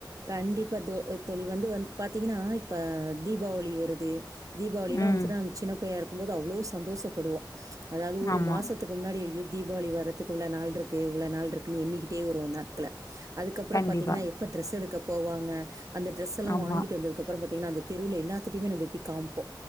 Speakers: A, on the right (about 45°); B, on the left (about 45°).
A: கண்டிப்பா தோ தோழி வந்து வந் பாத்தீங்கன்னா இப்ப தீபாவளி வருது தீபாவளிலா
B: ம்
A: வந்துச்சுனா நம்ம சின்ன புள்ளயா இருக் பாக்கும்போது அவ்ளோ சந்தோஷப்படுவோம் அதாவது ஒரு
B: ஆமா
A: மாசத்துக்கு முன்னாடி ஐயோ தீபாவளி வரறதுக்கு இவ்ளோ நாள் இருக்கு இவ்ளோ நாள் இருக்குன்னு எண்ணிக்கிட்டே வரும் நாட்கல அதுக்கு
B: கண்டிப்பா
A: பாத்தீங்கனா எப்ப டிரெஸ் எடுக்கப் போவாங்க அந்த ட்ரெஸ் எல்லா
B: ஆமா
A: வாங்கிட்டு வந்ததுக்கப்ற பாத்தீங்கனா அந்த தெருல எல்லாத்திட்டையுமே நம்ம போய் காம்ப்போ